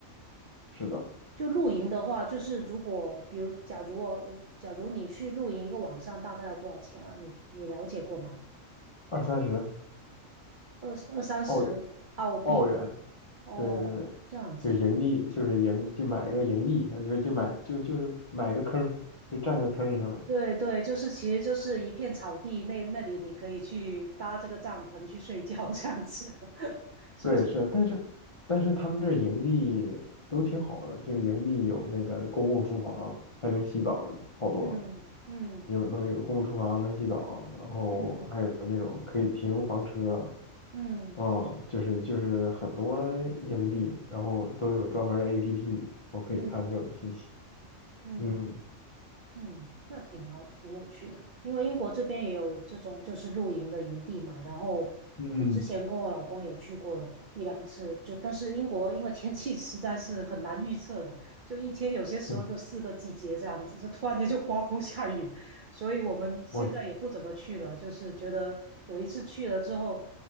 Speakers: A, on the left; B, on the right.
A: 是的，
B: 就露营的话，就是如果比如假如我我假如你去露营一个晚上，大概要多少钱啊？你你了解过吗？
A: 二三十
B: 二二三十澳币。
A: 澳澳元，
B: 哦，
A: 对对对，
B: 这样子，
A: 就盈利，就是盈，就买个盈利，就就买就就是买个坑，就占个坑，相当于。
B: 对对，对，就是其实就是一片草地，那那里你可以去搭这个帐篷去睡觉，这样子，<laughs> 是不是？
A: 对，是，但是但是他们这儿盈利都挺好的，就是盈利有那个公共厨房，还能洗澡，好多
B: 嗯嗯
A: 有能有公共厨房能洗澡，然后还有那种可以停房车，
B: 嗯嗯
A: 嗯，就是就是很多盈利，然后都有专门儿的 APP，我可以看各种信息，
B: 嗯嗯嗯。
A: 嗯
B: 嗯，那挺好，挺有趣的。因为英国这边也有这种就是露营的营地嘛，然后我之前跟我老公有去过一两次，
A: 嗯。
B: 就但是英国因为天气 <laughs> 实在是很难预测的，就一天有些时候就四个季节这样子，
A: <laughs>
B: 就突然间就刮风 <laughs> 下雨，所以我们现在也不怎么去了，
A: 我天
B: 就是觉得有一次去了之后，